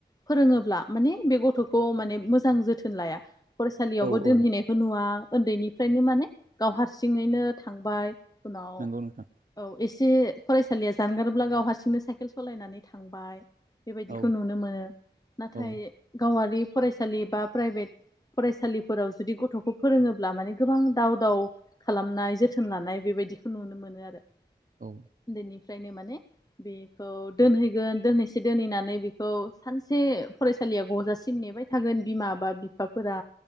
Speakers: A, on the left; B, on the right.
A: फोरोङोब्ला माने बे गथ'खौ माने मोजां जोथोन लाया फरायसालियावबो
B: औ
A: दोनहैनायखौ
B: औ
A: नुवा उन्दैनिफ्रायनो माने गाव हारसिङैनो थांबाय उनाव
B: नंगौ नोंथां
A: औ एसे फरायसालिया जानगारब्ला गाव हारसिंनो साइकेल सालायनानै थांबाय बेबायदिखौ
B: औ
A: नुनो मोनो नाथाय
B: औ
A: गावारि फरायसालि बा प्राइभेट फरायसालिफोराव जुदि गथ'खौ फोरोङोब्ला माने गोबां दाव- दाव खालामनाय जोथोन लानाय बेबायदिखौ नुनो मोनो आरो।
B: औ
A: उन्दैनि उन्दैनिफ्रायनो माने बेखौ दोनहैगोन दोनहैसे दोनहैनानै बेखौ सानसे फरायसालिया ग'जासिम नेबाय थागोन बिमा बा बिफाफोरा